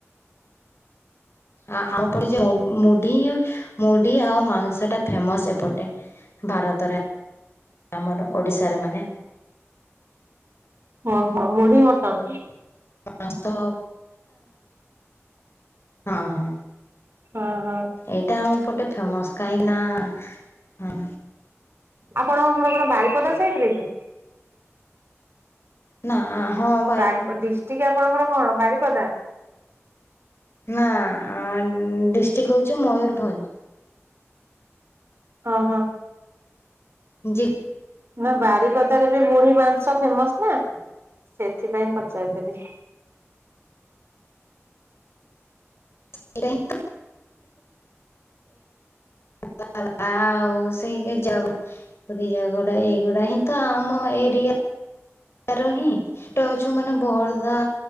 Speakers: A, on the left; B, on the right.
A: ଆ ଆମ ପଟେ ଯେଉନ୍? ମୁଢି-ଇ-ଇ ମୁଢି ଆଉ ମାଂସଟା ଫେମସ୍ ଏପଟେ ଭାରତରେ। ଆମର ଓଡିଶାରେ ମାନେ
B: ଓହୋଃ ମୁଢି ମଟନ।
A: <inaudible> ହଁ ହଁ।
B: ଓ ହୋ।
A: ଏଇଟା ଆମ ପଟେ ଫେମସ୍ କାହିଁକି ନା ହଁ
B: ଆପଣଙ୍କ ଘର କଣ ବାରିପଦା ସାଇଟରେ କି?
A: ନାଆଁ-ଆ-ଆ ହଁମ୍।
B: ବାରିପଦ୍ ଡିଷ୍ଟ୍ରିକ୍ ଆପଣଙ୍କର କଣ ବାରିପଦା?
A: ନା-ଆ-ଆ-ଆନ୍-ଅ-ଅ ଡିଷ୍ଟ୍ରିକ୍ ହଉଛି ମୟୂରଭଞ୍ଜ।
B: ଓ ହୋ।
A: ଜିଲ୍
B: ନା ବାରିିପଦାରେ ବି ମୁଢି ମାଂସ ଫେମସ୍ ନା ସେଥିପାଇଁ ପଚାରିଦେଲି।
A: <unintelligible> <inaudible> ଆ-ଆ-ଆ-ଉ ସେଇଗା ଜବା। <unintelligible> ଏଇଗୁଡା ହିଁ ତ ଆମ ଏରିଆ। ତାର ହିଁ ଛୋଟ ଅଛୁ ମାନେ ବର୍ଦା